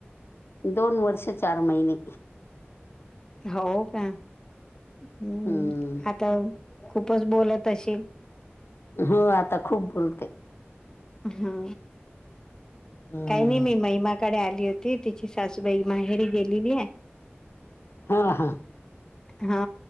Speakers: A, on the left; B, on the left.
A: दोन वर्ष चार महिने.
B: हो का हम्म
A: हम्म
B: आता खूपच बोलत असशे.
A: हो आता खूप बोलते.
B: हा
A: हम्म
B: काही नाही मी महिमाकडे आली. होती तिची सासूबाई माहेरी गेलेली आहे.
A: हा हा
B: हा